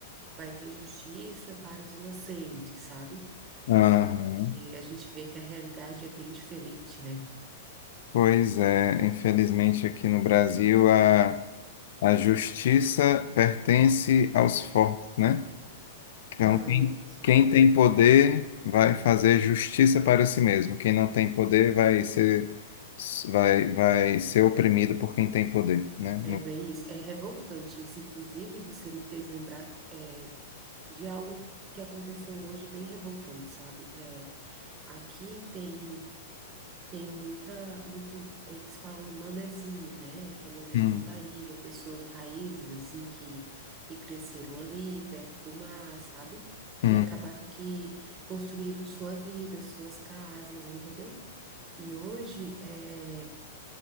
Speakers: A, on the right; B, on the left.
A: vai ter justiça para os inocentes, sabe?
B: Aham.
A: Porque a gente vê que a realidade é bem diferente, né?
B: Pois é, infelizmente aqui no Brasil a, a justiça pertence aos fortes, né? Então,
A: Ai,
B: quem,
A: nossa,
B: quem
A: cara.
B: tem poder vai fazer justiça para si mesmo. Quem não tem poder vai ser, vai, vai ser oprimido por quem tem poder, né? No-
A: É, é bem isso. É revoltante isso. Inclusive, você me fez lembrar. eh, de algo que aconteceu hoje bem revoltante, sabe? É, aqui tem tem muita muito eles falam manezinho, né? Que é manezinho
B: Hum,
A: da ilha, pessoas raízes assim que que cresceram ali perto do mar, sabe?
B: hum,
A: E acabaram que construíram sua vida, suas casas, entendeu? E hoje, é,